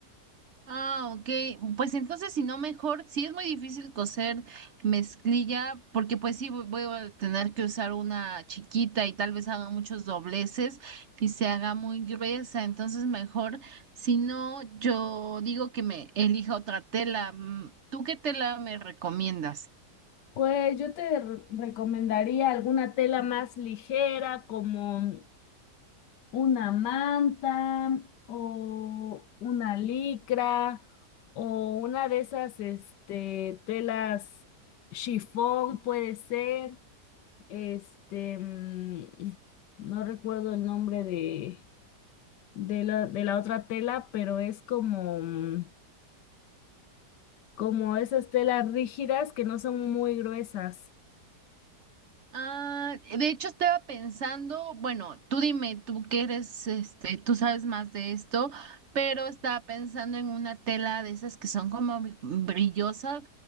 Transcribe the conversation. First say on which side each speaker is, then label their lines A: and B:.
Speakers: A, on the right; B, on the left.
A: Ah, ok. Pues entonces, si no, mejor, sí es muy difícil coser mezclilla, porque pues sí voy voy a tener que usar una chiquita y tal vez haga muchos dobleces y se haga muy gruesa. Entonces, mejor, si no, yo digo que me elija otra tela. Mm, ¿Tú qué tela me recomiendas?
B: Pues yo te re- recomendaría alguna tela más ligera como una manta o una licra o una de esas este telas chifón puede ser. Este, mm, no recuerdo el nombre de, de la, de la otra tela, pero es como, mm, como esas telas rígidas que no son muy gruesas.
A: Ah, de hecho estaba pensando, bueno, tú dime, tú que eres, este, tú sabes más de esto, pero estaba pensando en una tela de esas que son como bri- brillosas,